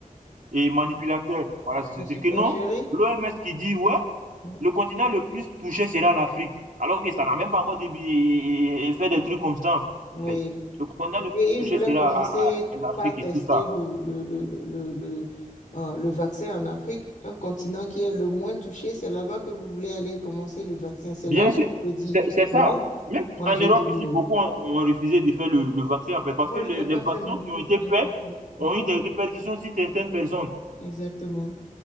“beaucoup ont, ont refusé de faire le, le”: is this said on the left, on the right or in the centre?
Right